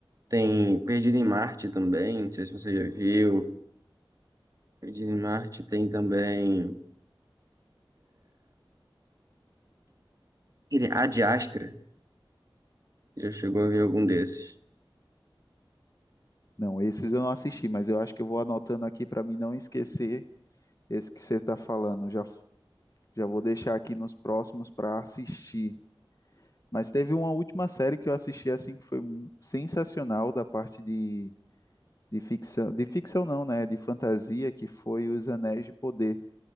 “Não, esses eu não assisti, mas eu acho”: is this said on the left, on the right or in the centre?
Left